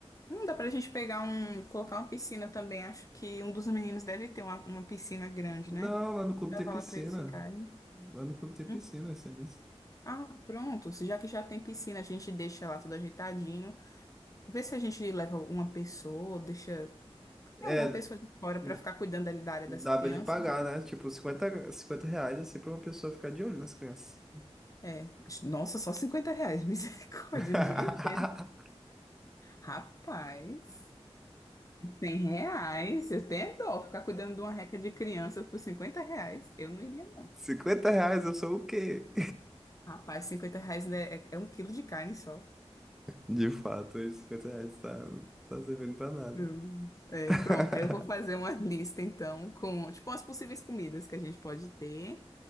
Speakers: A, on the left; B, in the centre.
A: Hum, dá pra gente pegar um, colocar uma piscina também. Acho que um dos meninos deve ter uma, uma piscina grande,
B: Não,
A: né?
B: lá no clube
A: Pra
B: tem piscina.
A: lá pra eles ficarem.
B: Lá no clube tem
A: Hum.
B: piscina, isso é isso.
A: Ah, pronto. Se Já que já tem piscina, a gente deixa lá tudo ajeitadinho. Vê se a gente leva uma pessoa, deixa.
B: É,
A: É, uma pessoa de fora
B: d-
A: para ficar cuidando ali da área
B: dava
A: das crianças.
B: de pagar,
A: né?
B: né? Tipo, cinquenta, 50 reais assim pra uma pessoa ficar de olho nas crianças.
A: É. Nossa, só 50 reais, <laughs> misericórdia,
B: <laughs>
A: o dia inteiro. Rapaz, 100 reais. Eu tenho dó ficar cuidando de uma reca de criança por 50 reais. Eu não iria, não.
B: 50 reais, eu sou o quê?
A: Rapaz, 50 reais ainda é, é um quilo de carne só.
B: De fato, hoje 50 reais tá, tá servindo pra nada.
A: Hum. É,
B: <laughs>
A: pronto, aí eu vou fazer uma lista então com, tipo, as possíveis comidas que a gente pode ter.